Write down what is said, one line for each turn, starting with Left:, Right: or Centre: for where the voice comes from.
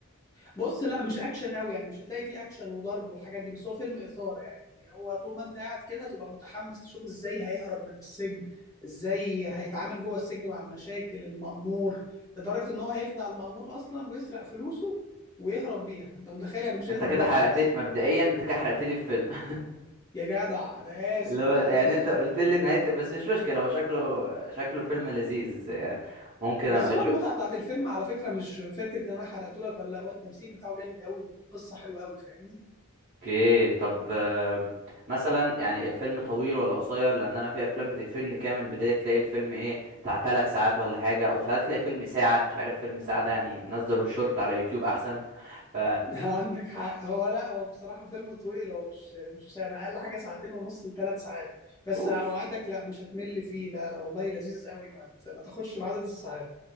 Left: بص لا مش اكشن قوي يعني مش هتلاقي فيه اكشن وضرب والحاجات دي بس هو فيلم اثاره يعني هو طول ما انت قاعد كده تبقى متحمس تشوف ازاي هيهرب من السجن ازاي هيتعامل جوه السجن مع المشاكل المأمور لدرجه ان هو هيخدع المأمور اصلا ويسرق فلوسه ويهرب بيها انت متخيل يعني مش
Right: انت
Left: هيهرب
Right: كده
Left: لوحده
Right: حرقت
Left: بس
Right: مبدئيا انت كده حرقت لي الفيلم <laughs>
Left: يا جدع انا اسف
Right: اللي هو
Left: معلش
Right: يعني انت قلت لي نهاية بس مش مشكلة هو شكله شكله فيلم لذيذ يعني ممكن ابقى
Left: بس هو
Right: اشوف
Left: المتعه بتاعت الفيلم على فكره مش فكره ان انا حرقته لك ولا لا، هو التمثيل بتاعه جامد قوي والقصه حلوه قوي فاهمني
Right: اوكي طب آم، مثلا يعني الفيلم طويل ولا قصير لان انا في افلام بتقفلني كده من البداية تلاقي الفيلم ايه بتاع ثلاث ساعات ولا حاجة او ساعات تلاقي فيلم ساعة مش عارف فيلم ساعة ده يعني نزلوا الشورت على يوتيوب احسن <laughs> ف
Left: <laughs> عندك حق هو لا هو بصراحة فيلم طويل هو مش مش قصير. انا اقل حاجة ساعتين ونص لثلاث ساعات بس
Right: اوف
Left: اوعدك لا مش هتمل فيه لا لا والله لذيذ قوي ما ت- ما تاخدش بعدد الساعات